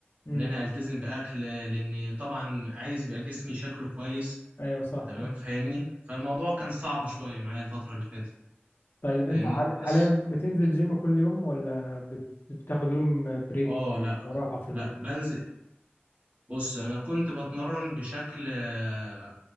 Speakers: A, on the left (about 65°); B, on the right (about 40°).
A: أمم.
B: إن أنا ألتزم بأكل آه، لأن طبعا عايز يبقى جسمي شكله كويس
A: ايوه صح
B: تمام فاهمني فالموضوع كان صعب شوية معايا الفترة اللي فاتت
A: طيب انت
B: فاهمني
A: حال-
B: بس
A: حاليا بتنزل جيم كل يوم ولا بت- بتاخد يوم بريك
B: اه لا
A: وراحة في
B: لا
A: ال...
B: بنزل بص انا كنت بتمرن بشكل آه،